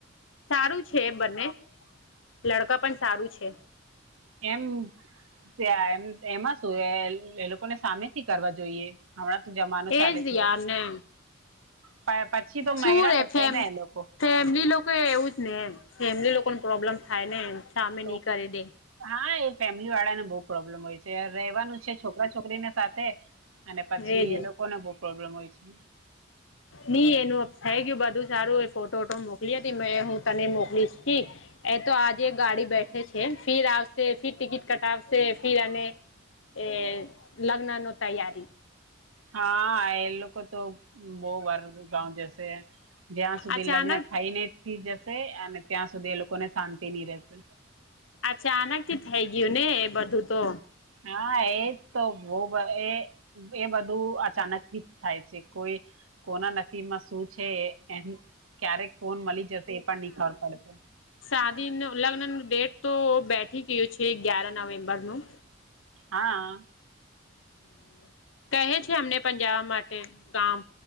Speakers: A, on the left (about 65°); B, on the right (about 90°).
A: સારું છે બંને લડકા પણ સારું છે.
B: એમ ત્યાં એમ એમાં શું એ એ લોકોને સામે થી કરવા જોઈએ. હમણાં તો જમાનો ચાલે
A: એજ
B: છે.
A: યાર ને
B: પાયા પછી તો
A: શું
B: મેયડા
A: રે
B: હશે
A: ફેમ
B: ને એ લોકો
A: ફેમિલી લોકો એવું જ ને એમ ફેમિલી લોકોને પ્રોબ્લેમ થાય ને સામે
B: તો
A: નહી કરી દે
B: હા એ ફેમિલી વાળા ને બહુ પ્રોબ્લેમ હોય છે રહેવાનું છે છોકરા છોકરીને સાથે અને પછી
A: એજ
B: એ લોકોને બો પ્રોબ્લેમ હોય છે.
A: ની એનું અપ થઈ ગયું બધું સારું એ ફોટો વોટો મોકલી હતી મે હું તને મોકલીશ થી એ તો આજે એક ગાડી બેઠે છે ફિર આવશે ફિર ટિકિટ કટાવશે ફિર અને એ લગ્નનો તૈયારી
B: હા એ લોકો તો બો વાર ગાવ જસે. જ્યાં
A: અચાનક
B: સુધી લગ્ન થઈ ને થી જશે અને ત્યાં સુધી એ લોકોને શાંતિ ની રહેશે
A: અચાનકથી થઈ ગ્યું ને એ બધું તો
B: હા એજ તો બો બહ એ એ બધું અચાનકથી જ થાય છે કોઈ કોના નસીબમાં શું છે એમ ક્યારે કોણ મલી જશે એ પણ નઈ ખબર પડશે
A: સાદી નવ લગ્નનું ડેટ તો બેઠી ગયો છે ગ્યારા નવેમ્બરનું
B: હા,
A: હમ્મ. કહે છે અમને પણ જાવા માટે ગામ,